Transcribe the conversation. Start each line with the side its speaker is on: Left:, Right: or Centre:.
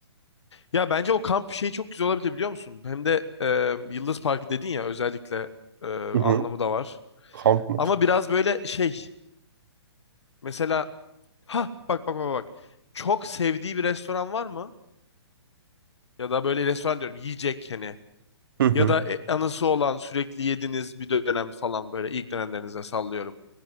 Left: Ya bence o kamp şeyi çok güzel olabilir biliyor musun? Hem de em, Yıldız Parkı dedin ya özellikle e,
Right: Hı hı.
Left: anlamı da var.
Right: Kamp mı?
Left: Ama biraz böyle şey. Mesela ha bak bak bak bak. Çok sevdiği bir restoran var mı? Ya da böyle restoran diyorum yiyecek hani.
Right: Hı hı.
Left: Ya da e, anısı olan sürekli yediğiniz bir dönem falan böyle ilk dönemlerinize sallıyorum.